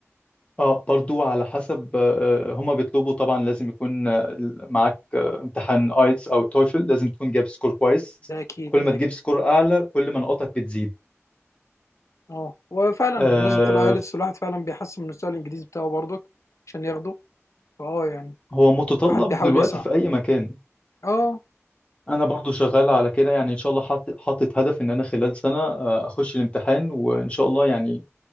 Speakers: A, on the left; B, on the left.
A: آه، برضو على حسب آه، آه، هما بيطلبوا طبعا لازم يكون آه، معاك آه، امتحان ايتس او تويفل لازم تكون جايب سكور كويس
B: ده اكيد
A: كل ما
B: ده
A: تجيب
B: اكيد
A: سكور اعلى كل ما نقاطك بتزيد
B: اه وفعلا
A: آه،
B: بمناسبه الايلتس الواحد فعلا بيحسن من مستوى الانجليزي بتاعه برضك عشان ياخده فاه يعني
A: هو متطلب
B: واحد بيحاول
A: دلوقتي
B: يسعى
A: في اي مكان
B: اه
A: انا برضو شغال على كده يعني ان شاء الله حاطط حاطط هدف ان انا خلال سنه آه، اخش الامتحان وان شاء الله يعني